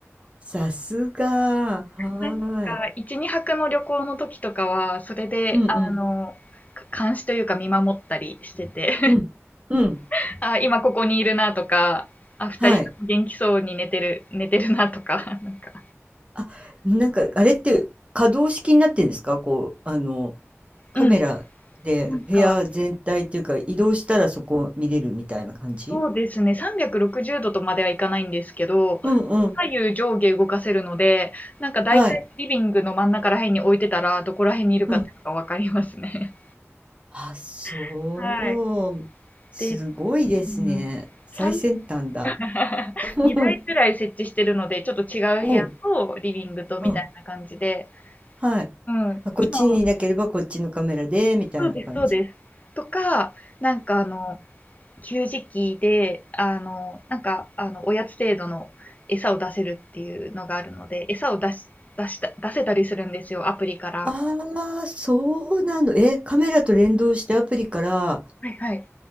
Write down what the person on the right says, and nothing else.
さすが、は
ーい。
うんうん。
うん。うん。
はい。
あ、なんか、あれって可動式になってんですかこう、あの、カメラで部屋全体っていうか、
移動したらそこ見れるみたいな感じ
うんうん。
はい。
うん。あ、そう。
すごいですね。
最先端だ。
<laughs>
おう。うん。はい。
あ、こっちにいなければこっちのカメラで、
みたいな感じ。
ああ、そうなの。え、カメラと連動してアプリから